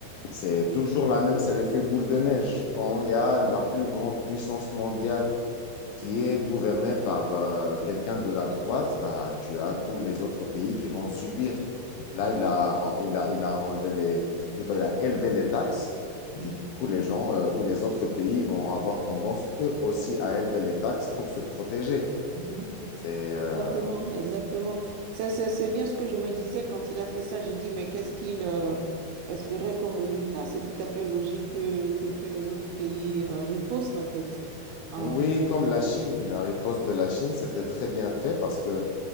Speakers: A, on the left; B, on the right.
A: c'est toujours la même, c'est l'effet boule de neige. Quand il y a la plus grande puissance mondiale qui est gouvernée par euh, quelqu'un de la droite, bah, tu as tous les autres pays qui vont subir. Là, il a, il a, il a enlevé les, plutôt, il a élevé les taxes. Du
B: Mhm.
A: coup, les gens euh, ou les autres pays vont avoir tendance, eux aussi, à élever les taxes pour se protéger.
B: Mhm.
A: C'est, euh,
B: Exactement, exactement. C'est, c'est, c'est bien ce que je me disais quand il a fait ça. J'ai dit, mais qu'est-ce qu'il euh, espérait comme résultat? C'est tout à fait logique que, que, que les autres pays euh, ripostent, en fait. Ah,
A: Oui, comme la Chine, la riposte de la Chine, c'était très bien fait parce que